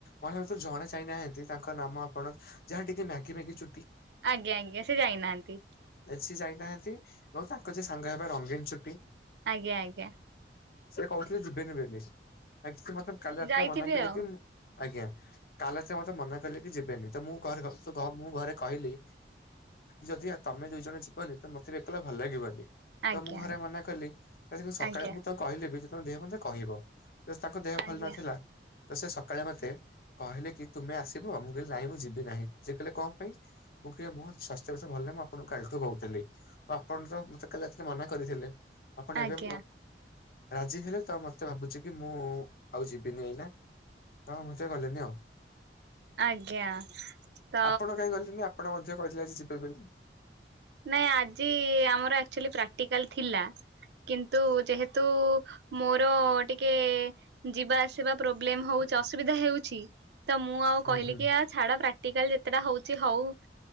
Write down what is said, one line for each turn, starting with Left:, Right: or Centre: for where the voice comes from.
Left: ମହିଳା ମିତ୍ର ଜଣେ ଯାହିନାହାନ୍ତି ତାଙ୍କ ନାମ ଆପଣ ଯାହା ଟିକେ ମ୍ୟାଗି ମ୍ୟାଗି ଚୁଟି।
Right: ଆଜ୍ଞା ଆଜ୍ଞା ସେ ଯାଇନାହାନ୍ତି।
Left: ଏ ସେ ଯାଇନାହାନ୍ତି ଏବଂ ତାଙ୍କ ଯେ ସାଙ୍ଗ ହେବେ ରଙ୍ଗୀନ ଚୁଟି
Right: ଆଜ୍ଞା ଆଜ୍ଞା
Left: ସେ କହୁଥିଲେ ଯିବେନି ବୋଲି ଆ କିଛି ମତେ କାଲି ରାତି୍ରା
Right: ଯାଇଥିବେ
Left: ମନା କଲେ
Right: ଆଉ
Left: କି ଆଜ୍ଞା କାଲି ସେ ମତେ ମନା କଲେେ କି ଯିବେନି ତ ମୁଁରେ ମୁଁ ଘରେ କହିଲି ଯଦି ତମେ ଦିଇ ଜଣ ଯିବନି ତ ମୋତେ ବି ଏକଲା ଭଲ ଲାଗିବନି।
Right: ଆଜ୍ଞା
Left: ତ ମୁଁ ଘରେ ମନା କଲିୁ ସକାଳେ
Right: ଆଜ୍ଞା
Left: ମୁଁ ତ କହିଲି ବି ଯେ ତମ ଦେହ ଭଲ ନାହିଁ ମତେ କହିବ। ତାଙ୍କ ଦେହ
Right: ଆଜ୍ଞା
Left: ଭଲ ନଥିଲା ତ ସେ ସକାଳେ ମତେ କହିଲେ କି ତୁମେ ଆସିବ ମୁଁ କହିଲି ନାଇଁ ମୁଁ ଯିବି ନାହିଁ ସେ କହିଲେ କଣ ପାଇଁ। ମୁଁ କିଏ ମୁଁ ସ୍ୱାସ୍ଥ୍ୟବଷ ଭଲାନାହିଁମୁଁ ଆପଣଙ୍କ କାଲିଠୁ କହୁି ଆ ଆପଣ ତ ମତେ କାଲି ଏଥିରେ ମନା କରିଥିଲେ। ଆପଣ
Right: ଆଜ୍ଞା।
Left: ଏବେ ରାଜି ହେଲେ ତ ମତେ ଭାବୁଛି କି ମୁଁ ଆଉ ଯିବିନି ଏଇନା ହଁ ମତ ଗଲେନି ଆଉ।
Right: ଆଜ୍ଞା ତ
Left: ଆପଣ କାହିଁ ଗଲେନି ଆପଣ ମଧ୍ୟ କହିଥିଲେ ଆ ଯିବେ ବୋଲି।
Right: ନାଇଁ ଆଜି ଆମର ଆଚୁଲି ପ୍ରାକ୍ଟିକାଲ ଥିଲା କିନ୍ତୁ ଯେହେତୁ ମୋର ଟିକେ ଯିବା ଆସିବା ପ୍ରୋବ୍ଲେମ ହଉଛି ଅସୁବିଧା ହେଉଛି ତ ମୁଁ ଆଉ
Left: ହୁଁ
Right: କହିଲି
Left: ହୁଁ
Right: କି ଆ ଛାଡ ପ୍ରାକ୍ଟିକାଲ ଯେତେଟା ହଉଛି ହଉ